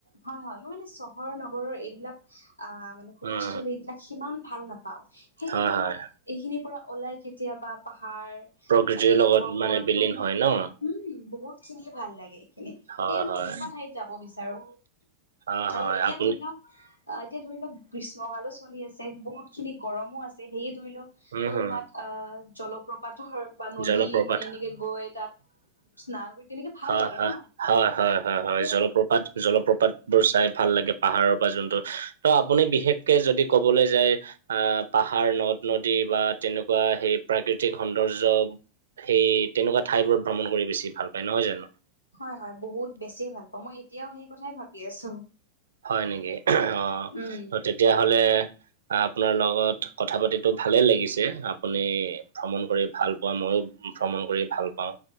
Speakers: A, on the left; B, on the right.
A: হয়, হয় মই মানে চহৰ নগৰৰ এইবিলাক আহ মানে হুলস্থুল
B: উম
A: এইবিলাক সিমান ভাল নাপাও, সেয়ে
B: হয়
A: ধৰি
B: হয়
A: লওক এইখিনিৰ পৰা ওলাই কেতিয়াবা পাহাৰ
B: প্ৰকৃতিৰ
A: মানে এনেকে
B: লগত
A: পৰ্বত
B: মানে বিলীন
A: প্ৰকৃতি
B: হয় ন?
A: উম, বহুত খিনিয়ে ভাল লাগে।
B: হয়
A: এই মই
B: হয়
A: এনেকুৱা ঠাইত যাব বিচাৰোঁ
B: হয়
A: আৰু
B: হয়
A: এতিয়া
B: আপুনি
A: ধৰি লও অ', এতিয়া ধৰি লওক গ্ৰীষ্মকালো চলি আছে বহুত খিনি গৰমো আছে সেয়ে ধৰি লওক
B: উম
A: কৰ'বাত
B: হম
A: অ', জলপ্ৰপাতৰ বা নদী
B: জলপ্ৰপাত
A: মানে এনেকে গৈ তাত স্নান কৰি তেনেকে ভাল
B: হ-হয়,
A: লাগে ন
B: হয়, হয়, হয়, হয়
A: সেইটোৱে
B: জলপ্ৰপাত
A: আৰু
B: জলপ্ৰপাত বোৰ চাই ভাল লাগে। পাহাৰৰ পৰা যোনটো ত আপুনি বিশেষকে যদি কবলৈ যায় অ', পাহাৰ নদ-নদী বা তেনেকুৱা সেই প্ৰাকৃতিক সৌন্দৰ্য। সেই তেনেকুৱা ঠাই বোৰত ভ্ৰমণ কৰি বেছি ভাল পায় নহয় জানো?
A: হয়, হয় বহুত বেছি ভাল পাওঁ মই এতিয়াও সেই কথাই ভাবি আছো।
B: হয় নেকি অ',
A: উম
B: তেতিয়াাহলে অ', আপোনাৰ লগত কথা পাতিতো ভালে লাগিছে, আপুনি ভ্ৰমণ কৰি ভাল পোৱা, মইও ভ্ৰমণ কৰি ভাল পাওঁ।